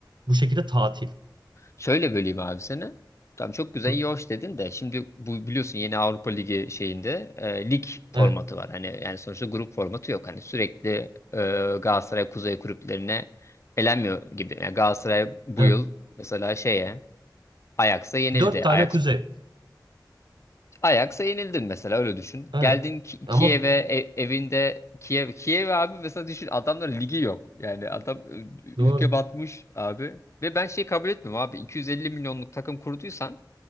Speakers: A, on the right; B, on the left.
A: Bu şekilde tatil.
B: Şöyle böleyim abi seni. Tamam çok güzel
A: Hı.
B: iyi hoş dedin de şimdi bu biliyorsun yeni Avrupa Ligi şeyinde e, lig formatı
A: Evet.
B: var. Hani yani sonuçta grup formatı yok. Hani sürekli e, Galatasaray Kuzey kulüplerine elenmiyor gibi. Yani Galatasaray bu
A: Evet.
B: yıl mesela şeye Ajax'a yenildi.
A: dört tane
B: Ajax
A: kuzey.
B: Ajax'a yenildin mesela öyle düşün.
A: Evet.
B: Geldin Ki-
A: Ama
B: Kiev'e e- evinde Kiev Kiev abi mesela düşün adamların ligi yok. Yani adam ü-
A: doğru.
B: ülke batmış abi. Ve ben şey kabul etmiyorum abi. 250 milyonluk takım kurduysan